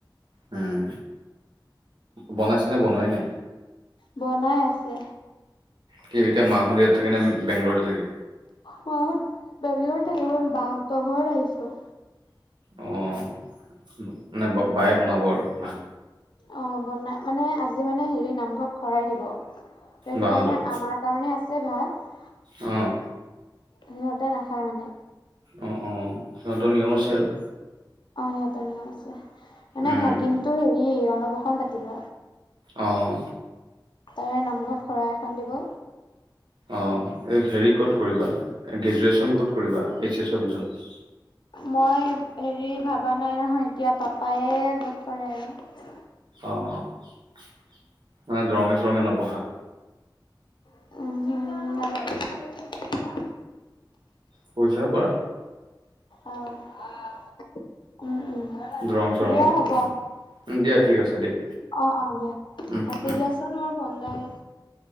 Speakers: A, on the right; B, on the left.
A: উম বনাইছেনে বনোৱাই নাই?
B: বনাই আছে।
A: কি এতিয়া মাহঁত ইয়াত থাকে নে বেংগলতে থাকে।
B: মাহঁত বেংগলৰত থাকে মই বাহঁতৰ ঘৰত আহিছোঁ।
A: অহ, <unintelligible> ব-বায়ে বনাব আৰু ভাত।
B: অ' বনা মানে আজি মানে হেৰি নামঘৰত শৰাই দিব। তে সেইটো
A: বাহঁতৰ
B: কাৰণে আমাৰ। কাৰণে আছে ভাত।
A: অহ।
B: সিহঁতে নাখায় মানে।
A: অ' অ' সিহঁতৰ নিয়ম আছে আৰু।
B: অহ, সিহঁতৰ নিয়ম আছে। মানে
A: উম,
B: ভাগিনটোৰ হেৰি অন্নপ্ৰসন পাতিব।
A: অহ।
B: তাৰে নামঘৰত শৰাই এখন দিব
A: অ এই হেৰি ক'ত কৰিবা গ্ৰেজুৱেচন ক'ত কৰিবা এইচ এছৰ পিছত?
B: মই হেৰি ভাবা নাই নহয় এতিয়া পাপায়ে যত কৰে আৰু।
A: অ মানে দৰঙে চৰঙে নপঢ়া?
B: উম। <unintelligible>
A: পইচা পা।
B: অহ, উম, উম।
A: দৰং চৰঙো
B: দিয়া হ'ব,
A: উম, দিয়া ঠিক আছে দিয়া
B: অ, অ' দিয়া
A: উম,
B: কাটি
A: উম
B: দিয়া চ <unintelligible> মোৰ ভাল লাগে।